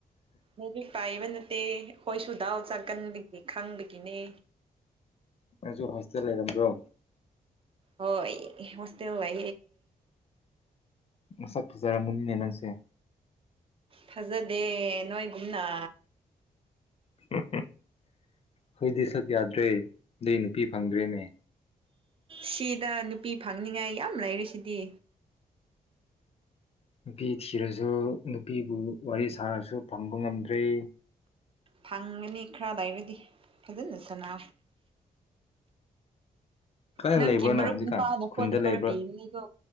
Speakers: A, on the right (about 40°); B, on the left (about 45°).
A: ꯅꯗꯤ ꯄꯥꯏꯕ ꯅꯠꯇꯦ ꯍꯣꯏ ꯁꯨ ꯗꯥꯎ ꯆꯥ ꯀꯟꯕꯒꯤ ꯈꯪꯕꯒꯤꯅꯦ
B: ꯅꯪꯁꯨ ꯍꯣꯁꯇꯦꯜ ꯂꯩꯔꯝꯕ꯭ꯔꯣ
A: ꯍ ꯍꯣꯁꯇꯦꯜ ꯂ
B: ꯃꯁꯛ ꯐꯖꯔꯝꯃꯅꯤꯅꯦ ꯅꯪꯁꯦ
A: ꯐꯖꯗꯦ ꯅꯣꯏꯒꯨꯝꯅ
B: ꯎꯝ ꯎꯝ ꯍꯣꯏꯗꯤ ꯁꯛ ꯌꯥꯗ꯭ꯔꯦ ꯑꯗꯩ ꯅꯨꯄꯤ ꯐꯪꯗ꯭ꯔꯦꯅꯦ
A: ꯁꯤꯗ ꯅꯨꯄꯤ ꯐꯪꯅꯤꯉꯥꯏ ꯌꯥꯝ ꯂꯩꯔꯤ ꯁꯤꯗꯤ
B: ꯅꯨꯄꯤ ꯊꯤꯔꯁꯨ ꯅꯨꯄꯤꯕꯨ ꯋꯥꯔꯤ ꯁꯥꯔꯁꯨ ꯐꯪꯕ ꯉꯝꯗ꯭ꯔꯤ
A: ꯐꯪꯒꯅꯤ ꯈꯔ ꯂꯩꯔꯗꯤ ꯐꯖꯅ ꯁꯥꯟꯅ
B: ꯀꯗꯥꯏ
A: ꯅꯪꯒꯤ
B: ꯂꯩꯕ꯭ꯔꯣ ꯅꯪ
A: ꯃꯔꯨꯞ
B: ꯍꯧꯖꯤꯛꯀꯥꯟ
A: ꯅꯨꯄꯥꯅ
B: ꯈꯨꯟꯗ
A: ꯐꯣꯟ ꯅꯝꯕꯔ
B: ꯂꯩꯕ꯭ꯔꯣ
A: ꯄꯤꯝꯅꯦꯀꯣ